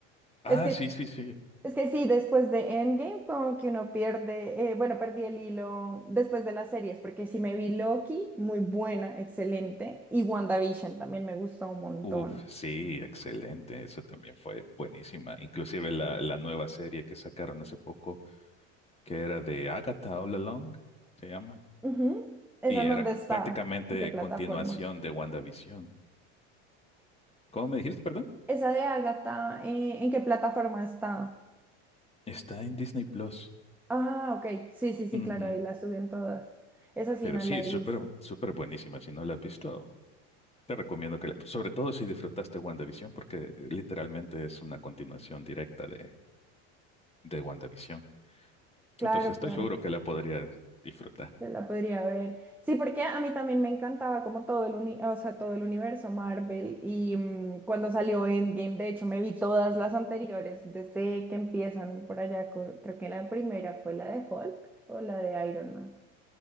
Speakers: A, on the left (about 15°); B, in the centre.
A: Ah,
B: Es que,
A: sí, sí, sí.
B: es que sí, después de Endgame, como que uno pierde, eh, bueno, perdí el hilo después de las series, porque sí me vi Loki, muy buena, excelente, y WandaVision también me gustó un montón.
A: Uf, sí, excelente. Eso también fue buenísima. Inclusive la, la nueva serie que sacaron hace poco, que era de Agatha All Along, se llama.
B: Ujú. ¿Esa
A: Y
B: en
A: era
B: dónde está?
A: prácticamente
B: ¿En qué plataforma?
A: continuación de WandaVision. ¿Cómo me dijiste, perdón?
B: Esa de Agatha, eh, ¿en qué plataforma está?
A: Está en Disney Plus.
B: Ah, ok. Sí, sí, sí,
A: Ujú.
B: claro, ahí la suben todas. Esa sí
A: Pero
B: no
A: sí,
B: la he
A: súper,
B: visto.
A: súper buenísima. Si no la has visto, te recomiendo que la... Sobre todo si disfrutaste WandaVision, porque eh, literalmente es una continuación directa de, de WandaVision.
B: Claro,
A: Entonces estoy
B: claro,
A: seguro que la podría disfrutar.
B: yo la podría ver. Sí, porque a mí también me encantaba como todo el uni- o sea, todo el universo Marvel y mm, cuando salió Endgame, de hecho me vi todas las anteriores desde que empiezan por allá, con- creo que la primera fue la de Hulk o la de Iron Man.